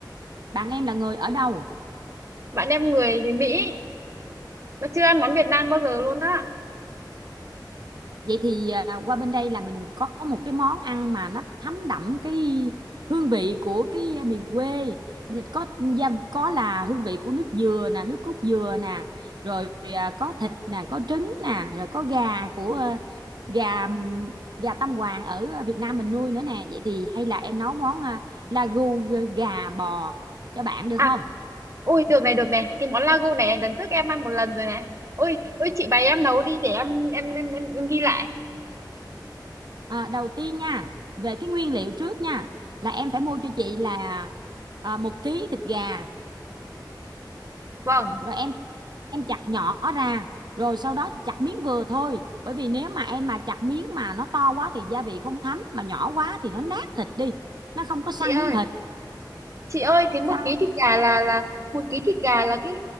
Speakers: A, on the right; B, on the right.
A: bạn em là người ở đâu?
B: bạn em người người Mỹ, nó chưa ăn món Việt Nam bao giờ luôn á.
A: Vậy thì à, qua bên đây là mình có một cái món ăn mà nó thấm đậm cái hương vị của cái à, miền quê Như có gia- có là hương vị của nước dừa nè, nước cốt dừa nè, rồi à, có thịt nè, có trứng nè, rồi có gà của ờ, gà gà Tam Hoàng ở Việt Nam mình nuôi nữa nè. Vậy thì hay là em nấu món à, lagu gà bò cho bạn được
B: À,
A: không?
B: ôi được này được này, cái món lago này lần trước em ăn một lần rồi này. Ôi, ôi chị bày em nấu đi để em em em, em, em ghi lại.
A: À, đầu tiên nha, về cái nguyên liệu trước nha, là em phải mua cho chị là à, một ký thịt gà
B: Vâng,
A: rồi em em chặt nhỏ ra rồi sau đó chặt miếng vừa thôi bởi vì nếu mà em mà chặt miếng mà nó to quá thì gia vị không thấm mà nhỏ quá thì nó nát thịt đi nó không có săn
B: chị ơi.
A: miếng thịt
B: chị ơi thế một
A: sao
B: ký thịt gà là là một ký thịt gà là cái